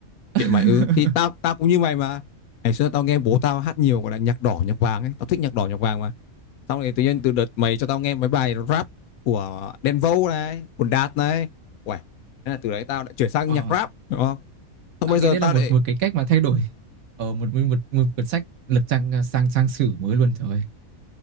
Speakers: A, on the right; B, on the left.
A: <laughs>
B: kệ mày ư? ừ thì tao tao cũng như mày mà ngày xưa tao nghe bố tao hát nhiều gọi là nhạc đỏ nhạc vàng ấy tao thích nhạc đỏ nhạc vàng mà xong rồi tự nhiên từ đợt mày cho tao nghe mấy bài rap của Denvo này của Đạt này uầy thế là từ đấy tao lại chuyển sang
A: ờ
B: nhạc rap đúng không xong
A: tao
B: bây
A: nghĩ
B: giờ
A: đây là
B: tao
A: một
B: lại
A: một cái cách mà thay đổi ờ một một một, một cuốn sách lật trang sang sang sử mới luôn trời ơi.